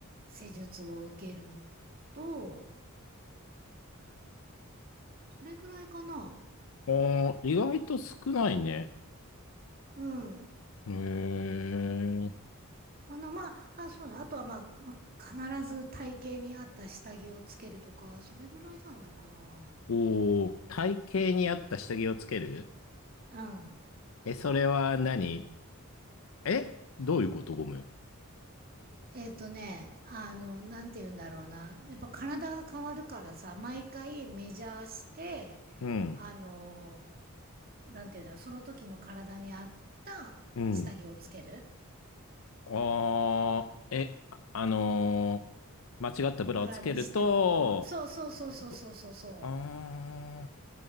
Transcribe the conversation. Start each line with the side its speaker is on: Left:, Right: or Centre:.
Right: 施術を受けるのと、それぐらいかな。
Left: あー意外と少ないね。
Right: うん。
Left: へえ。
Right: あの、まあ、あ、そうだ。あとは、まあ、まあ、必ず体型に合った下着をつけるとか、それぐらいじゃないかな。
Left: おー、体型に合った下着をつける
Right: うん。
Left: え、それは何えどういうことごめん。
Right: えっとね、あの、なんて言うんだろうな。やっぱ体が変わるからさ、毎回メジャーして、
Left: うん、
Right: あの、なんて言うんだろう、その時の体に合った下着をつける。
Left: うん。あー、え、ああのー、間違ったブラをつけると、
Right: ブラにしても、そうそうそうそうそうそうそう。
Left: ってことあ